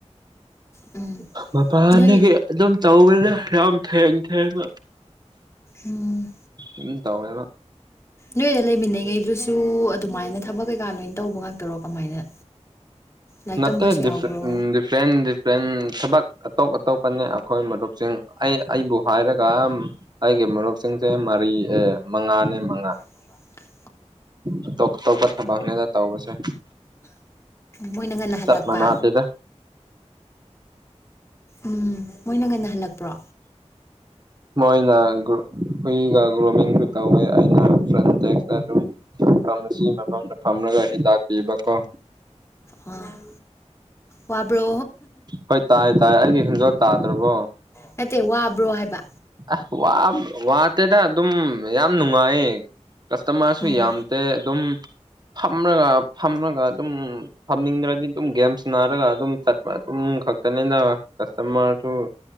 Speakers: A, on the left; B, on the right.
A: ꯎꯝ
B: ꯄꯄꯅꯤ
A: ꯅꯣꯏ
B: ꯑꯗꯨꯝ ꯆꯧꯕ ꯌꯥꯝ ꯌꯥꯝ ꯊꯦꯡꯡ ꯊꯦꯡꯉ
A: ꯎꯝ
B: ꯎꯝ ꯇꯧꯋꯦꯗ
A: ꯅꯣꯏꯗ ꯂꯩꯃꯤꯟꯅꯉꯩꯗꯨꯁꯨ ꯑꯗꯨꯃꯥꯏꯅ ꯊꯕꯛ ꯀꯩꯀꯥ ꯂꯣꯏꯅ ꯇꯧꯕ ꯉꯥꯛꯇꯔꯣ ꯀꯃꯥꯏꯅ ꯂꯥꯏꯔꯤꯛ
B: ꯅꯠꯇꯦ
A: ꯇꯝꯕꯁꯨ ꯌꯥꯎꯕ꯭ꯔꯣ
B: ꯗꯤꯐ꯭ꯔꯦꯟ ꯗꯤꯐ꯭ꯔꯦꯟ ꯊꯕꯛ ꯑꯇꯣꯞ ꯑꯇꯣꯞꯄꯅꯤ ꯑꯩꯈꯣꯏ ꯃꯔꯨꯞꯁꯤꯡ ꯑꯩ ꯑꯩꯕꯨ ꯍꯥꯏꯔꯒ ꯑꯩꯒꯤ ꯃꯨꯞꯁꯤꯡꯁꯦ ꯃꯔꯤ ꯑꯦ ꯃꯉꯥꯅꯦ ꯃꯉꯥ
A: <inaudible>
B: ꯑ ꯇꯣꯇꯣꯄ ꯊꯚꯅꯦꯗ ꯇꯕꯁꯦ
A: ꯃꯣꯏꯅ ꯉꯟꯅ ꯍꯜꯂꯛꯄ
B: ꯆꯠ ꯃꯅꯥꯇꯗ
A: ꯎꯝ ꯃꯣꯏꯅꯪ ꯉꯟꯅ ꯍꯜꯂꯛꯄ꯭ꯔꯣ
B: ꯃꯣꯏꯅꯒ ꯍꯨꯏꯒ ꯒ꯭ꯔꯨꯃꯤꯡꯁꯨ ꯇꯧꯋꯦ ꯑꯩꯅ ꯐ꯭ꯔꯟꯦꯛꯁꯇ ꯑꯗꯨꯝ ꯐꯝ ꯑꯁꯤ ꯃꯐꯝꯗ ꯐꯝꯂꯒ ꯍꯤꯗꯥꯛ ꯄꯤꯕ ꯀꯣ
A: ꯑꯥ ꯋꯥꯕ꯭ꯔꯣ
B: ꯍꯣꯏ ꯇꯥꯏ ꯇꯥꯏ ꯑꯩꯒꯤ ꯈꯣꯟꯖꯦꯜ ꯇꯥꯗ꯭ꯔꯕꯣ
A: ꯅꯠꯇꯦ ꯋꯥꯕ꯭ꯔꯣ ꯍꯥꯏꯕ
B: ꯑ ꯋꯥ ꯋꯥꯇꯦꯗ ꯑꯗꯨꯝ ꯌꯥꯝ ꯅꯨꯡꯉꯥꯏ ꯀꯁꯇꯃꯔꯁꯨ
A: ꯎꯝ
B: ꯌꯥꯝꯇ ꯑꯗꯨꯝ ꯐꯝꯂꯒ ꯐꯝꯃꯒ ꯑꯗꯨꯝ ꯐꯝꯅꯤꯡꯗ꯭ꯔꯗꯤ ꯑꯗꯨꯝ ꯒꯦꯝꯁ ꯅꯥꯔꯒ ꯑꯗꯨꯝ ꯆꯠꯄ ꯑꯗꯨꯝ ꯈꯛꯇꯅꯤꯅ ꯀꯁꯇꯃꯔꯁꯨ